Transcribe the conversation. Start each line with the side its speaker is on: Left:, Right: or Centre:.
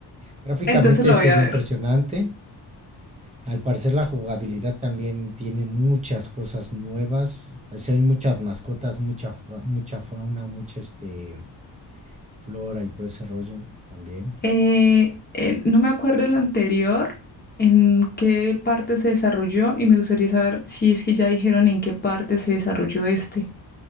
Right: Gráficamente
Left: Entonces lo
Right: se
Left: voy a
Right: ve
Left: ver.
Right: impresionante. Al parecer la jugabilidad también tiene muchas cosas nuevas. Se ven muchas mascotas, mucha, fa- mucha fauna, mucha este Flora y todo ese rollo también.
Left: Eh, eh, no me acuerdo el anterior, en qué parte se desarrolló, y me gustaría saber si es que ya dijeron en qué parte se desarrolló este.